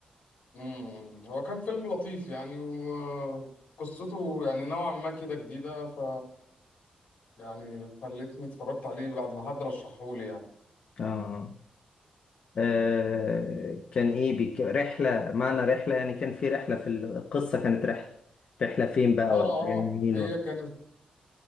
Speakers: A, on the left (about 65°); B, on the left (about 50°).
A: امم هو كان فيلم لطيف يعني وقصته يعني نوعا ما كده جديدة ف يعني خلتني اتفرجت عليه بعد ما حد رشحهولي يعني
B: اه آه، آه، كان ايه بيك... رحله معنى رحله يعني كان في رحله في القصه كانت رحله رحله فين بقى
A: اه
B: ولا يعني
A: اه
B: مين
A: هي
B: ولا
A: كانت